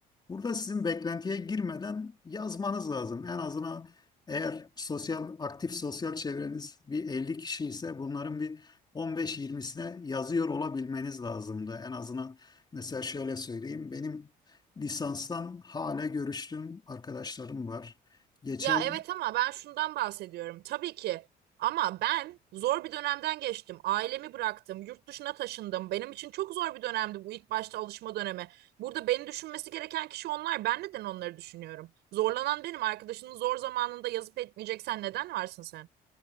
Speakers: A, on the left; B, on the right.
A: Burada sizin beklentiye girmeden yazmanız lazım. En azından eğer sosyal aktif sosyal çevreniz bir 50 kişi ise bunların bir 15-20'sine yazıyor olabilmeniz lazımdı. En azından mesela şöyle söyleyeyim. Benim lisanstan hala görüştüğüm arkadaşlarım var. Geçen
B: Ya evet ama ben şundan bahsediyorum. Tabii ki ama ben zor bir dönemden geçtim. Ailemi bıraktım, yurt dışına taşındım. Benim için çok zor bir dönemdi bu ilk başta alışma dönemi. Burada beni düşünmesi gereken kişi onlar. Ben neden onları düşünüyorum? Zorlanan benim. Arkadaşının zor zamanında yazıp etmeyeceksen neden varsın sen?